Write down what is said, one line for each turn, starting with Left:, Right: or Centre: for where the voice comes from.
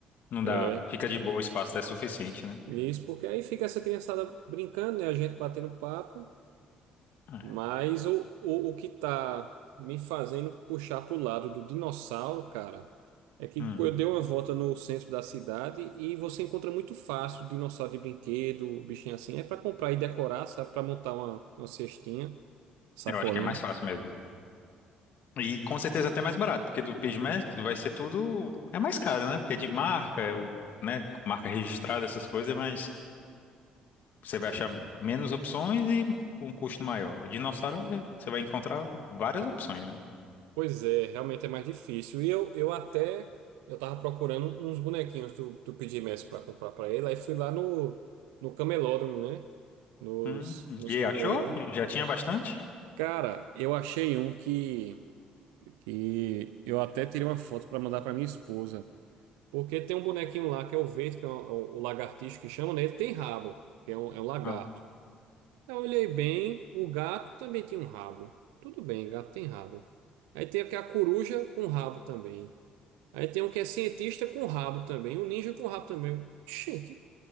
Left: Não
Right: É,
Left: dá. Fica de boa, o espaço é suficiente, né?
Right: isso, porque aí fica essa criançada brincando, né? A gente batendo papo.
Left: É.
Right: Mas o, o, o que tá me fazendo puxar pro lado do dinossauro, cara, é que
Left: Hum.
Right: eu dei uma volta no centro da cidade e você encontra muito fácil dinossauro de brinquedo, bichinho assim. É para comprar e decorar, sabe? Para montar uma, uma cestinha, sacolinha.
Left: Eu acho que é mais fácil mesmo. E com certeza até mais barato, porque do Piggmestre vai ser tudo. É mais caro, né? Porque é de marca, é o, né? Marca registrada, essas coisas, mas você vai achar menos opções e um custo maior. O dinossauro é- você vai encontrar várias opções, né?
Right: Pois é, realmente é mais difícil. E eu, eu até eu tava procurando uns bonequinhos do, do PJ Masks para comprar para ele. Aí fui lá no, no camelódromo, né? Nos,
Left: Hum,
Right: nos
Left: e
Right: camelô.
Left: achou? Já tinha bastante?
Right: Cara, eu achei um que, que eu até tirei uma foto para mandar para minha esposa. Porque tem um bonequinho lá que é o verde, que é o, o lagartixo que chama, né? Ele tem rabo, que é um, é um lagarto.
Left: Não.
Right: Eu olhei bem, o gato também tinha um rabo. Tudo bem, gato tem rabo. Aí tem aqui a coruja com rabo também. Aí tem um que é cientista com rabo também, um ninja com rabo também. Eu, Oxê, que